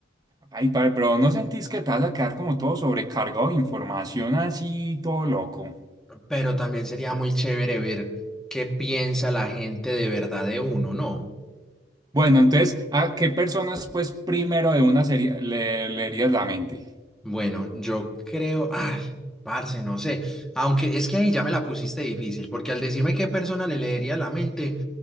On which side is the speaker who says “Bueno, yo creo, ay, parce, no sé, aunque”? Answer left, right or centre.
Centre